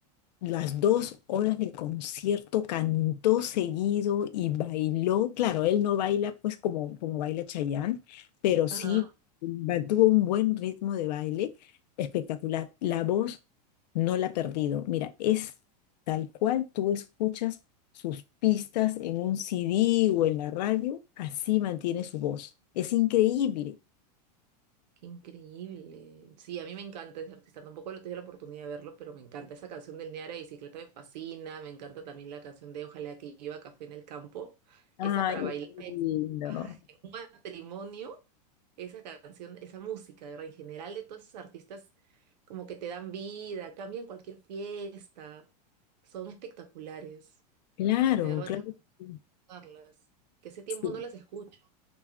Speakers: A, on the left; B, on the right.
A: las dos horas del concierto cantó seguido y bailó. Claro, él no baila pues como, como baila Chayanne, pero sí
B: Ajá,
A: mantuvo un buen ritmo de baile espectacular. La voz no la ha perdido. Mira, es tal cual tú escuchas sus pistas en un CD o en la radio, así mantiene su voz. Es increíble.
B: qué increíble. Sí, a mí me encanta ese artista. Tampoco he tenido la oportunidad de verlo, pero me encanta. Esa canción del Neara de Bicicleta me fascina. Me encanta también la canción de Ojalá que lleva café en el campo.
A: Ay,
B: Esa para bailar
A: qué
B: es-
A: lindo.
B: ay, en un matrimonio. Esa canción, esa música, de verdad, en general de todos esos artistas, como que te dan vida, cambian cualquier fiesta. Son espectaculares.
A: Claro,
B: De verdad
A: claro.
B: que hay
A: que
B: que
A: Sí.
B: escucharlas. Que ese tiempo
A: Sí.
B: no las escucho.